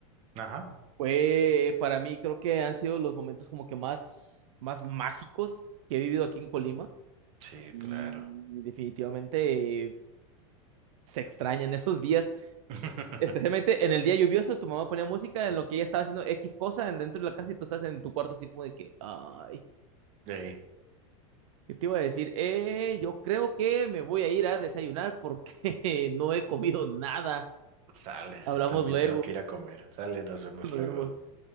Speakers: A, on the right; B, on the right.
A: Ajá.
B: Fue para mí creo que han sido los momentos como que más más mágicos que he vivido aquí en Colima
A: Sí,
B: y
A: claro.
B: definitivamente eh, se extrañan esos días,
A: <laughs>
B: especialmente en el día lluvioso, tu mamá ponía música en lo que ella estaba haciendo X cosa en- dentro de la casa y tú estás en tu cuarto así como de que ay.
A: Ey,
B: ¿Qué te iba a decir? Eh, yo creo que me voy a ir a desayunar porque <laughs> no he comido nada.
A: sales,
B: Hablamos
A: yo también
B: luego.
A: tengo que ir a comer. Sales, nos vemos
B: <laughs> Nos
A: luego.
B: vemos.